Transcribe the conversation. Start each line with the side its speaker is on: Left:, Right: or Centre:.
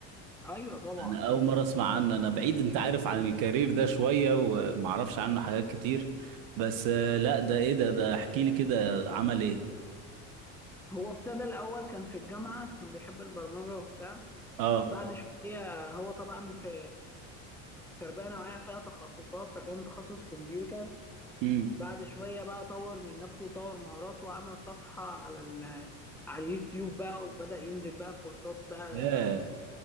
Centre: أيوة طبعا
Right: انا اول مره اسمع عنه انا بعيد انت عارف عن الكارير ده شويه وما اعرفش عنه حاجات كتير بس آه، لا ده ايه ده ده احكي لي كده عمل ايه
Centre: هو ابتدى الأول كان في الجامعة كان بيحب البرمجة وبتاع
Right: اه
Centre: بعد شوية هو طبعا في تربية نوعية فيها تخصصات فكان تخصص كمبيوتر
Right: امم
Centre: بعد شوية بقى طور من نفسه وطور مهاراته وعمل صفحة على ال على اليوتيوب بقى وبدأ ينزل بقى كورسات بقى
Right: ياه